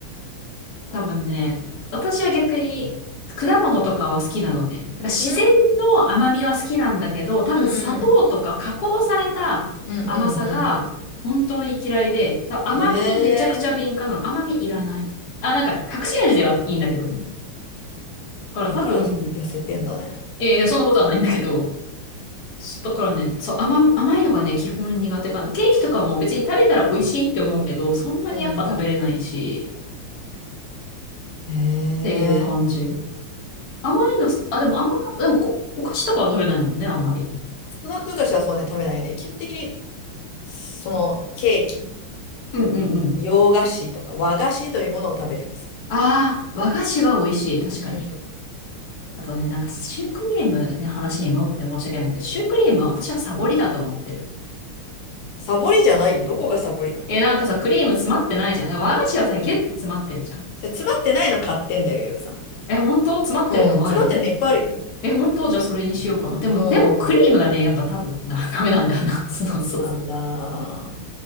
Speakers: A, on the left; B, on the left.
A: 多分ね、私は逆に果物とかは好きなのね。だから自然の甘みは好きなんだけど、
B: うん、
A: 多分砂糖とか加工された甘さが本当に嫌いで、
B: うん、うん、うん、うんう
A: 多分甘みにめちゃくちゃ敏感なの。
B: んへえ。
A: 甘みいらない。あ、なんか隠し味ではいいんだけどね。だから多分、
B: だから痩せてんだね。
A: えーそんなことはないんだけど、だからね、そう、甘、甘いのがね、基本苦手かな。ケーキとかも別に食べたら美味しいって思うけど、そんなにやっぱ食べれないし、
B: うん、うん。へえ。
A: っていう感じ。甘いのす、あ、でも甘い、でもこ、お菓子とかは食べないもんね、あんまり。
B: スナック菓子はそうね、食べないね。基本的に、その、ケーキ、
A: うんうんうん。
B: 洋菓子とか和菓子というものを食べてます。
A: ああ、和菓子は美味しい、確かに。
B: うん
A: あとね、なんかシュークリームね、話に戻って申し訳ないけど、シュークリームは私はサボりだと思ってる。
B: サボりじゃないよ。どこがサボりなの
A: え、なんかさ、クリーム詰まってないじゃん。だから和菓子はさ、ギュッて詰まってるじゃん。
B: それ詰まってないの買ってんだよ、ゆうさん。
A: え、本当詰まってるのもあるの
B: うん詰まってるのいっぱいあるよ。
A: え、本当じゃあそれにしようかな。でも、
B: うん
A: でもクリームがね、やっぱ多分、だ、<laughs> ダメなんだよな。<laughs> そうそうそう。
B: あ、そうなんだ。あ